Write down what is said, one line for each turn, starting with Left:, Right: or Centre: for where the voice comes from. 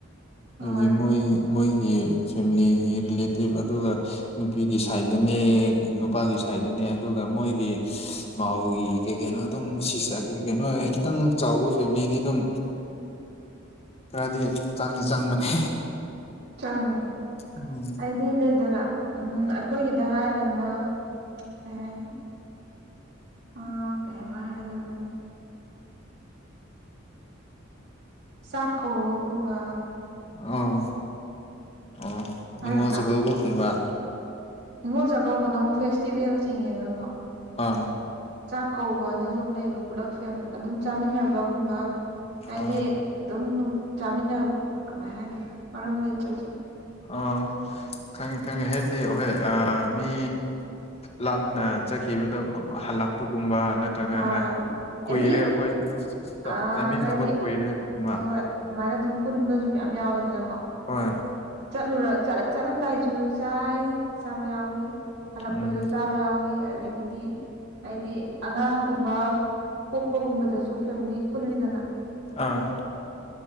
Left: ꯍꯥꯏꯕꯗꯤ
Right: ꯍꯣꯏ
Left: ꯃꯣꯏ ꯃꯣꯏꯒꯤ ꯐꯦꯃꯤꯂꯤꯒꯤ ꯔꯤꯂꯦꯇꯤꯞ ꯑꯗꯨꯒ ꯅꯨꯄꯤꯒꯤ ꯁꯥꯏꯗꯅꯦ ꯅꯨꯄꯥꯒꯤ ꯁꯥꯏꯗꯅꯦ ꯑꯗꯨꯒ ꯃꯣꯏꯒꯤ ꯃꯥꯎꯒꯤ ꯀꯩ ꯀꯩꯅꯣ ꯑꯗꯨꯝ ꯁꯤꯁꯇꯒꯤ ꯀꯩꯅꯣ ꯈꯤꯇꯪ ꯆꯥꯎꯕ ꯐꯦꯃꯤꯂꯤꯗꯤ ꯑꯗꯨꯝ
Right: <inaudible>
Left: ꯈꯔꯗꯤ ꯆꯪꯗꯤ ꯆꯪꯕꯅꯦ
Right: ꯆꯪꯉꯦ
Left: ꯎꯝ
Right: ꯍꯥꯏꯗꯤ ꯂꯩꯗꯅ ꯎꯝ ꯑꯩꯈꯣꯏꯒꯤꯗ ꯍꯥꯏꯔ ꯒꯅ ꯀꯩ ꯍꯥꯏꯅꯤ ꯑ ꯀꯩ ꯍꯥꯏꯕ <unintelligible> ꯆꯥꯛ ꯀꯧꯕꯒꯨꯝꯕ
Left: ꯑꯥꯎ ꯑꯣ ꯅꯤꯉꯣꯜ
Right: ꯍꯥꯏꯒꯗ꯭ꯔꯥ
Left: ꯆꯥꯛꯀꯧꯕ ꯀꯨꯝꯕ꯭ꯔꯥ
Right: ꯅꯤꯡꯉꯣꯜ ꯆꯥꯛꯀꯧꯕꯅ ꯑꯃꯨꯛ ꯐꯦꯁꯇꯤꯚꯦꯜ ꯆꯤꯡꯉꯦꯗꯅꯀꯣ
Left: ꯑꯥ
Right: ꯆꯥꯛ ꯀꯧꯕꯅꯁꯨ ꯑꯝ ꯂꯩꯌꯦꯕ ꯄꯨꯂꯞ ꯐꯦꯝ ꯑꯗꯨꯝ ꯆꯥꯃꯤꯟꯅꯕꯒꯨꯝꯕ ꯍꯥꯏꯗꯤ
Left: ꯑꯥ
Right: ꯑꯗꯨꯝ ꯅꯨꯡ ꯆꯥꯃꯤꯟꯅꯞ ꯀꯃꯥꯏ ꯍꯥꯏꯗꯣꯏꯅꯣ ꯃꯔꯝ ꯂꯩꯇ꯭ꯔꯁꯨ
Left: ꯑꯥ ꯈꯪꯉꯦ ꯈꯪꯉꯦ ꯍꯥꯏꯕꯗꯤ ꯑꯍꯣꯏ ꯑꯥ ꯃꯤ ꯂꯥꯞꯅ ꯆꯠꯈꯤꯕꯗꯨ ꯑꯃꯨ ꯍꯜꯂꯛꯄꯒꯨꯝꯕ ꯅꯠꯇ꯭ꯔꯒ
Right: ꯍꯣꯏ
Left: ꯑꯦ ꯀꯨꯏꯔꯦ
Right: ꯑꯦꯅꯤ
Left: ꯑꯩꯈꯣꯏ
Right: ꯑꯥ
Left: ꯆꯥꯃꯤꯟꯅꯕ
Right: ꯍꯥꯏꯗꯤ
Left: ꯀꯨꯏꯔꯦ ꯍꯥꯏꯕꯒꯨꯝꯕ
Right: ꯍꯣꯏ ꯍꯣꯏ ꯑꯃꯥꯏꯅ ꯑꯗꯨꯝ ꯄꯨꯟꯕꯁꯨ ꯃꯌꯥꯝ ꯌꯥꯎꯋꯤꯗꯅꯀꯣ
Left: ꯍꯣꯏ
Right: ꯆꯠꯂꯨꯔ ꯆꯠ ꯆꯠꯂꯝꯗꯥꯏꯗꯨꯁꯨ ꯆꯥꯏ ꯆꯥꯕ ꯌꯥꯎꯋꯤ ꯍꯜꯂꯛꯄꯗꯁꯨ
Left: ꯎꯝ
Right: ꯆꯥꯕ ꯌꯥꯎꯋꯤ ꯑꯗꯒꯤꯗꯤ ꯍꯥꯏꯗꯤ ꯑꯉꯥꯡꯒꯨꯝꯕ ꯄꯣꯛꯄꯒꯨꯝꯕꯗꯁꯨ ꯐꯦꯃꯤꯂꯤ ꯄꯨꯜꯂꯤꯗꯅ
Left: ꯑꯥ